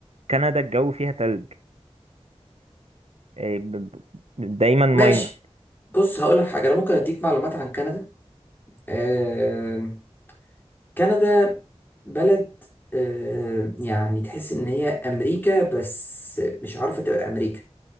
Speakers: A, on the right (about 70°); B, on the left (about 20°).
A: كندا الجو فيها تلج آه، ب- ب- دايما ماينس
B: ماشي بص هقول لك حاجه انا ممكن اديك معلومات عن كندا آه، كندا بلد آه، يعني تحس ان هي امريكا بس مش عارفه تبقى امريكا